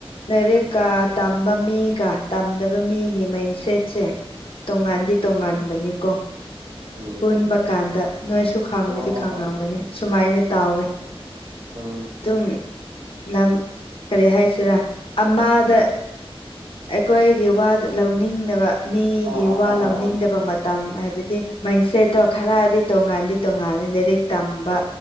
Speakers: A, on the left; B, on the right.
A: ꯂꯥꯏꯔꯤꯛꯀ ꯇꯝꯕ ꯃꯤꯒ ꯇꯝꯗꯕ ꯃꯤꯒꯤ ꯃꯥꯏꯟ ꯁꯦꯠꯁꯦ ꯇꯣꯉꯥꯟꯗꯤ
B: ꯎꯝ
A: ꯇꯣꯉꯥꯟꯕꯅꯤꯀꯣ
B: ꯎꯝ
A: ꯄꯨꯟꯕ ꯀꯥꯟꯗ ꯅꯣꯏꯁꯨ ꯈꯪꯕꯗꯤ
B: ꯑꯥ
A: ꯈꯪꯉꯝꯒꯅꯤ
B: ꯑꯥ ꯑꯥ
A: ꯁꯨꯃꯥꯏꯅ ꯇꯥꯎꯋꯦ
B: ꯎꯝ
A: ꯑꯗꯨꯝ ꯂꯝ ꯀꯔꯤ ꯍꯥꯏꯁꯤꯔꯥ ꯑꯃꯗ ꯑꯩꯈꯣꯏꯒꯤ ꯋꯥꯗꫭ ꯂꯧꯅꯤꯡꯗꯕ ꯃꯤꯒꯤ
B: ꯑꯥ ꯑꯥ
A: ꯋꯥ
B: ꯑꯥ
A: ꯂꯧꯅꯤꯡꯗꯕ
B: ꯑꯥ ꯑꯥ
A: ꯍꯥꯏꯕꯗꯤ ꯃꯥꯏꯟꯁꯦꯠꯇꯣ ꯈꯔꯗꯤ ꯇꯣꯡꯉꯥꯟꯗꯤ ꯇꯣꯉꯥꯟꯜꯂꯤ ꯂꯥꯏꯔꯤꯛ ꯇꯝꯕ